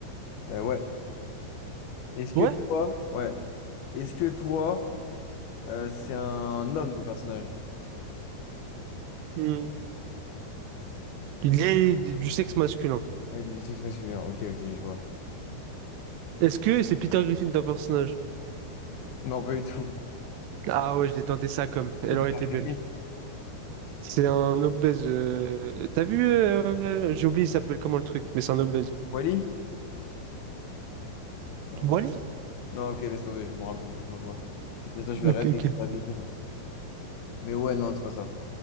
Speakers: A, on the left; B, on the right.
A: Euh, ouais. Est-ce que
B: Ouais.
A: toi, ouais. Est-ce que toi, Euh, c'est un homme, ton personnage.
B: Hmm. Il est du du sexe masculin.
A: Ouais, il est du sexe masculin. Ok, ok, je vois.
B: Est-ce que c'est Peter Griffin ton personnage?
A: Non, pas du tout.
B: Ah ouais, je l'ai tenté ça comme, elle
A: Qui Peter
B: aurait été
A: Griffin?
B: belle. C'est un obèse. euh, T'as vu, euh, j'ai oublié, il s'appelle comment le truc, mais c'est un obèse.
A: Wally? Non.
B: Wally?
A: je- Non, ok, laisse tomber, je me rappelle, je me rappelle pas. Putain, toi, je vais
B: Ok,
A: rêver
B: ok.
A: avec Peter Griffin. Mais ouais, non, c'est pas ça.